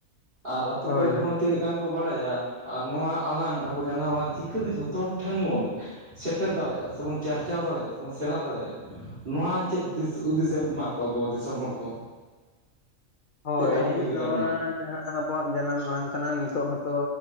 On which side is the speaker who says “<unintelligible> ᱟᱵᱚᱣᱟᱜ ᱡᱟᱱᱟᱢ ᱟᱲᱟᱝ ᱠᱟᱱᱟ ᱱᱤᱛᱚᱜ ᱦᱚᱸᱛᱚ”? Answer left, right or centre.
Left